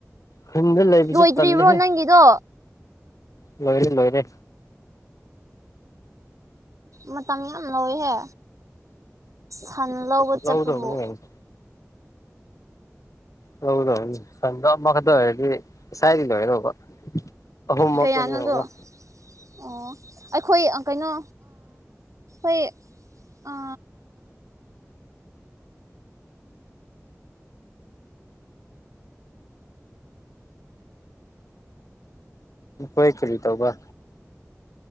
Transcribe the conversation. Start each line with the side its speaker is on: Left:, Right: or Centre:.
Left: ꯍꯨꯝꯗ ꯂꯩꯕꯁꯨ
Right: ꯂꯣꯏꯗ꯭ꯔꯤꯕ꯭ꯔꯣ
Left: ꯇꯜꯂꯦꯍꯦ
Right: ꯅꯪꯒꯤꯗꯣ
Left: ꯂꯣꯏꯔꯦ ꯂꯣꯏꯔꯦ
Right: ꯃꯇꯝ ꯌꯥꯝ ꯂꯧꯋꯦꯍꯦ ꯐꯅ ꯂꯧꯕ
Left: ꯂꯧꯗꯧꯕꯅꯤ
Right: ꯆꯠꯄꯕꯨ
Left: ꯀꯩꯅꯣ ꯍꯗ ꯁꯗ ꯃꯒꯗꯣ ꯍꯥꯏꯔꯤ ꯁꯥꯏꯔꯤ ꯂ ꯍꯥꯏꯔꯕ ꯍꯣꯝꯋꯔꯛꯅꯤ
Right: ꯀꯌꯥꯅꯣꯗꯣ
Left: ꯌꯥ
Right: ꯑꯣ ꯑꯩꯈꯣꯏ ꯀꯩꯅꯣ ꯑꯩ ꯑ
Left: ꯅꯣꯏ ꯀꯔꯤ ꯇꯧꯕ꯭ꯔ